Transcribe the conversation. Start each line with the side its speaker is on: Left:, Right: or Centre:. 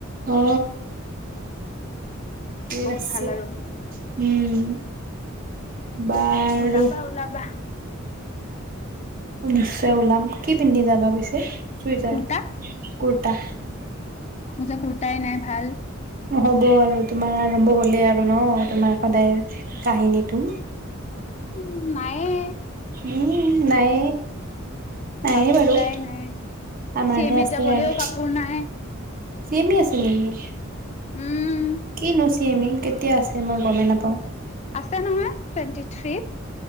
Right: অ
Left: বহুত
Right: আছে,
Left: ভাল আৰু
Right: উম বাৰু
Left: ওলাবা ওলাবা
Right: নিশ্চয় ওলাম, কি পিন্ধি যাবা পিছে? সুইজাৰ,
Left: কুৰ্তা
Right: কুৰ কুত্তা <unintelligible>
Left: ম যো কটাই নাই ভাল
Right: হ'ব আৰু তোমাৰ আৰম্ভ হলেই আৰু ন তোমাৰ সদায় কাহিনীটো
Left: উম নাইে
Right: উম নাই নায়ে
Left: ভাল
Right: বাৰু
Left: কুৰ্তাই নাই
Right: আমাৰহে
Left: চি এম
Right: আছে
Left: ইত যাবলৈও
Right: আৰু
Left: কাপোৰ নাই
Right: চমি আছে নেকি
Left: উম
Right: কি নুচি এমি কেতিয়া আছে মই গমেই নাপাওঁ
Left: আছে নহয় টুৱেণ্টি থ্ৰীত